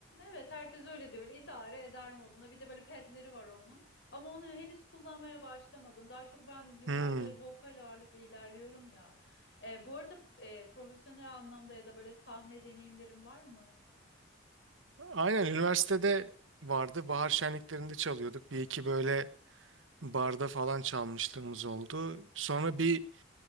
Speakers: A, on the left; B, on the right.
A: Evet herkes öyle diyor. Öyle idare eder moduna. Bir de böyle pedleri var onun. Ama onu henüz kullanmaya başlamadım. Daha çok ben yıllardır
B: Hmm.
A: vokal ağırlıklı ilerliyorum ya. E, bu arada e, profesyonel anlamda ya da böyle sahne deneyimlerim var mı?
B: Aynen üniversitede vardı. Bahar şenliklerinde çalıyorduk. Bir iki böyle barda falan çalmışlığımız oldu. Sonra bir